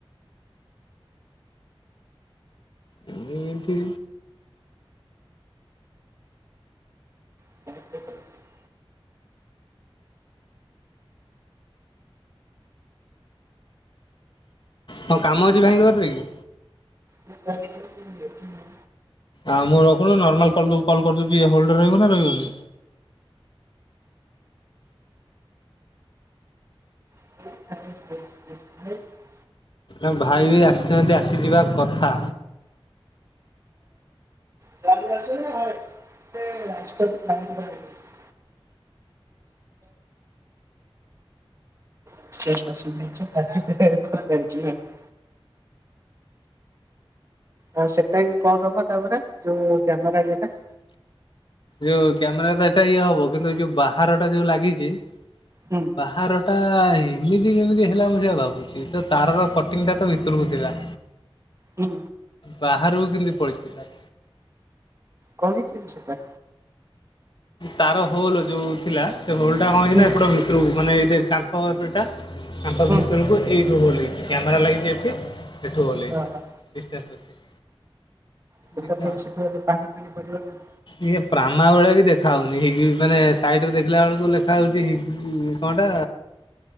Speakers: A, on the left (about 55°); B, on the right (about 30°).
A: ମୁଁ ଏମତି
B: <inaudible>
A: କଣ କାମ ଅଛି ଭାଇଙ୍କ କତିରେ କି?
B: <inaudible> ମେଡିସିନ୍ ନଉନୁ।
A: ଆଉ ମୁଁ ରଖୁନୁ ନର୍ମାଲ କଲ୍ ଯୋଉ କଲ୍ କରୁଚି କି ଇଏ ହୋଲଡ୍ ରେ ରହିବ ନା ରହିବନି?
B: <unintelligible>
A: ଆଉ ଭାଇ ବି ଆସିନାହାନ୍ତି ଆସିଯିବା କଥା।
B: ଜଲଦି ଆସୁନି ଆରେ। <unintelligible> <unintelligible> ଆଉ ସେଟା ବି କଣ ହବ ତାପରେ ଯୋଉ କ୍ୟାମେରା ଇଏଟା?
A: ଯୋଉ କ୍ୟାମେରା ଟା ଏଟା ଇଏ ହବ କିନ୍ତୁ ଯୋଉ ବାହାର ଟା ଯୋଉ ଲାଗିଚି
B: ହୁଁ।
A: ବାହାର ଟା ଏମିତି କେମିତି ହେଲା ମୁଁ ସେଇଆ ଭାବୁଛି ତ ତାରର କଟିଂ ଟା ତ ଭିତରକୁ ଥିଲା।
B: ହୁଁ
A: ବାହାରକୁ କେମିତି ପଳେଇଥିଲା?
B: କଣ ହେଇଛି ସେଟା?
A: ତାର ହୋଲ୍ ଯୋଉ ଥିଲା ସେ ହୋଲ୍ ଟା କଣ ହେଇଛି
B: ହୁଁ
A: ନା ଏପଟ ଭିତୁରୁକୁ ମାନେ ଏଇ ଯେ କାନ୍ ତଳ ପଟ ଟା କାନ୍ଥ
B: ହୁଁ
A: ଭିତରକୁ ଏଇଠୁ ହୋଲ୍ ହେଇଛି, କ୍ୟାମେରା ଲାଗିଛି ଏଠି ସେଠୁ ହୋଲ୍ ହେଇଛି
B: ଓହୋ
A: ଡିଷ୍ଟାନ୍ସ ଅଛି।
B: ସେଟା
A: ଦେଖିବା
B: ଫେରେ
A: ଆଉ
B: ସେ ଫେରେ ପାଣି ଫାଣି ପଡିବ ନା।
A: ଇଏ ପ୍ରାମା ଭଳିଆ କି ଦେ ଖାଉନି ହେଇକି ମାନେ ସାଇଟ୍ ରେ ଦେଖିଲା ବେଳକୁ ଲେଖା ହଉଛି ହିଗି କଣ ଟା